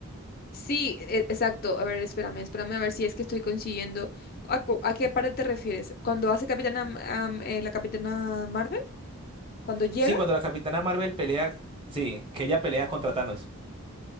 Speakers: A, on the left; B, on the right.
A: Sí, e- exacto. A ver, espérame, espérame a ver si es que estoy consiguiendo. ¿A, cu- a qué parte te refieres? ¿Cuando hace Capitana, M- am- eh, la Capitana Marvel? ¿Cuando llega?
B: Sí, cuando la Capitana Marvel pelea, sí, que ella pelea contra Thanos.